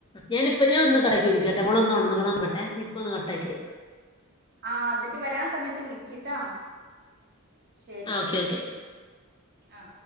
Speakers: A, on the left (about 20°); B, on the right (about 45°).
A: ഞാനിപ്പ ഞാൻ ഒന്ന് കടാക്കി വിളിക്കാട്ടോ മോൾ ഒന്ന് ഓണന്നുക്ണോ നോക്കട്ടെ ഇപ്പൊ ഒന്ന് കട്ടക്കിട്ട് വിളിക്കാട്ടോ
B: ആ് എന്ന എന്നിട്ട് വരാൻ സമയത്ത് വിളിക്കിട്ടാ ശരി
A: ആ,
B: ശരി
A: ഓക്കെ ഓക്കെ
B: ആ